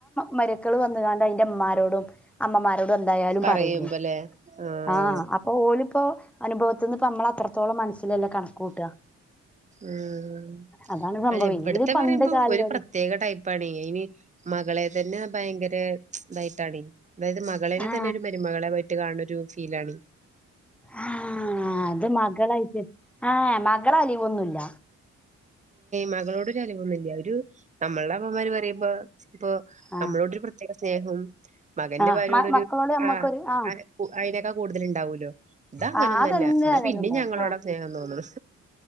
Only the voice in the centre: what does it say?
മരക്കൾ വന്നുകാണ്ട് അതിന്റെ ഉമ്മാരോടും അമ്മമാരോടും എന്തായാലും
പറയില്ലേ
ആ അപ്പൊ ഓല് ഇപ്പോ അനുഭവത്തിന്ന് ഇപ്പ നമ്മള് അത്രത്തോളം മനസ്സിലല്ലെ കണക്ക് കൂട്ടുക
അതാണ് സംഭവം
ഇത് പണ്ട്
കാലിലല്ലേ
ആ
ആ അത് മകളായിട്ട് ആഹ മകള അലിവൊന്നുമല്ല
ആ
ആ
മ-
മക്കളോട് നമ്മക്കൊരു
ആ
ആ അതെന്ത്
കാലം
ഉണ്ടാവും
ആ